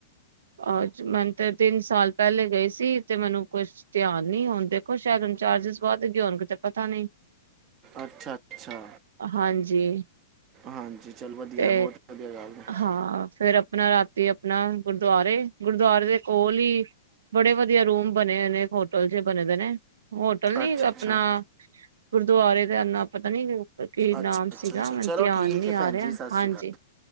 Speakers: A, on the right; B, on the right.
A: ਅ ਮੈਨੂੰ ਤੇ ਤਿੰਨ ਸਾਲ ਪਹਿਲੇ ਗਏ ਸੀ ਤੇ ਮੈਨੂੰ ਕੁਛ ਧਿਆਨ ਨੀ ਹੁਣ ਦੇਖੋ ਸ਼ਾਇਦ ਹੁਣ ਚਾਰਜਿਸ ਵੱਧ ਗ ਹੋਣ ਕਿਤੇ ਪਤਾ ਨਹੀਂ।
B: ਅੱਛਾ ਅੱਛਾ
A: ਹਾਂਜੀ
B: ਹਾਂਜੀ ਚਲ ਵਧੀਆ
A: ਤੇ
B: ਬਹੁਤ ਵਧੀਆ ਗੱਲ ਹੈ
A: ਹਾਂ ਫਿਰ ਆਪਣਾ ਰਾਤੀ ਆਪਣਾ। ਗੁਰਦੁਆਰੇ ਗੁਰਦੁਆਰੇ ਦੇ ਕੋਲ। ਵੀ ਬੜੇ ਵਧੀਆ ਰੂਮ ਬਣ ਨਏ ਨਏ ਹੋਟਲ ਜੇ ਬਣੇ ਰਹਿੰਨੇ ਹੋਟਲ ਨੀ
B: ਅੱਛਾ
A: ਆਪਣਾ
B: ਅੱਛਾ
A: ਗੁਰਦੁਆਰੇ। ਨਾ ਪਤਾ ਨੀ ਦਿ। ਕੀ
B: ਅੱਛਾ
A: ਨਾਮ
B: ਅੱਛਾ
A: ਸੀਗਾ
B: ਅੱਛਾ
A: ਮਨ
B: ਚਲੋ
A: ਧਿਆਨ
B: ਠੀਕ
A: ਨੀ
B: ਹੈ ਭੈਣ
A: ਆ ਰਿਹਾ
B: ਜੀ ਸਤਿ
A: ਹਾਂਜੀ।
B: ਸ਼੍ਰੀ ਅਕਾਲ